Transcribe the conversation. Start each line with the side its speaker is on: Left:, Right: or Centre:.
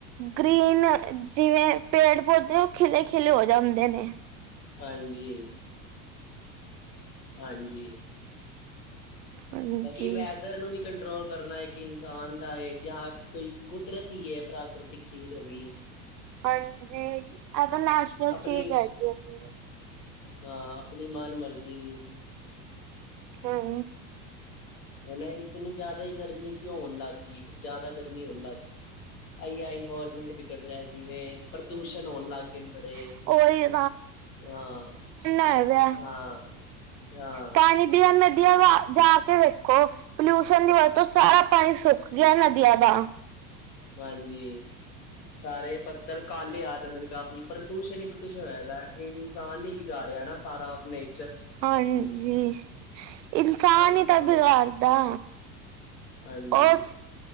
Right: ਗ੍ਰੀਨ ਜਿਵੇਂ ਪੇੜ ਪੌਦੇ ਉਹ ਖਿਲੇ ਖਿਲੇ ਹੋ ਜਾਂਦੇ ਨੇ।
Left: ਹਾਂਜੀ ਹਾਂਜੀ
Right: ਹਾਂਜੀ-ਹਾਂਜੀ
Left: ਬਾਕੀ ਵੈਦਰ ਨੂੰ ਵੀ ਕੰਟਰੋਲ ਕਰਨਾ ਇੱਕ ਇਨਸਾਨ ਦਾ ਹੈ ਜਾਂ ਕੋਈ ਕੁਦਰਤੀ ਹੈ ਪ੍ਰਾਕ੍ਰਤਿਕ ਚੀਜ਼ ਹੋ ਗਈ।
Right: ਹਾਂਜੀ ਏਤਾਂ ਨੈਚੁਰਲ
Left: ਆਪਣੀ
Right: ਚੇਜ ਹੈਗੀ ਏ ਜੀ।
Left: ਹਾਂ ਆਪਣੀ ਮਨ ਮਰਜ਼ੀ ਦੀ <inaudible>
Right: ਹੂੰ
Left: ਹੋਣ ਏ ਇਤਨੀ ਜ਼ਿਆਦਾ ਹੀ ਗਰਮੀ ਕਿਉਂ ਹੋਣ ਲੱਗ ਗਈ ਜ਼ਿਆਦਾ ਗਰਮੀ ਹੋਣ ਲੱਗ ਗਈ। ਆਈ ਆ ਇਨਵਾਰਮੈਂਟ ਵਿ ਰਿਹਾ ਜਿਵੇਂ ਪ੍ਰਦੂਸ਼ਣ ਹੋਣ ਲੱਗ ਗਏ ਨੇ ਬੜੇ
Right: ਉਹੀ-ਉਹੀ
Left: ਹਾਂ। <inaudible>
Right: ਹੇਜਾ
Left: ਹਾਂ ਹਾਂ
Right: ਪਾਣੀ ਦੀਆਂ ਨਦੀਆਂ ਵਾ ਜਾ ਕੇ ਵੇਖੋ ਪਲਿਊਸ਼ਨ ਦੀ ਵਜ ਤੋਂ ਸਾਰਾ ਪਾਣੀ ਸੁੱਕ ਗਿਆ ਨਦੀਆਂ ਦਾ
Left: ਹਾਂਜੀ। ਸਾਰੇ ਬੱਦਲ ਕਾਲੇ ਆ ਜਾਂਦੇ ਨੇ ਕਾਫੀ ਪ੍ਰਦੂਸ਼ਣ ਹੀ ਪ੍ਰਦੂਸ਼ਣ ਹਿਆ ਪਿਆ ਹੈ ਇਹ ਇਨਸਾਨ ਹੀ ਬਿਗਾ। ਰੀਆ ਨਾ ਸਾਰਾ ਨਹੀਂ।
Right: ਹਾਂਜੀ ਇਨਸਾਨ
Left: ਇਹ
Right: ਹੀ ਤਾਂ ਬਿਗਾੜਦਾ।
Left: ਨੇ ਹਾਂਜੀ।
Right: ਉਸ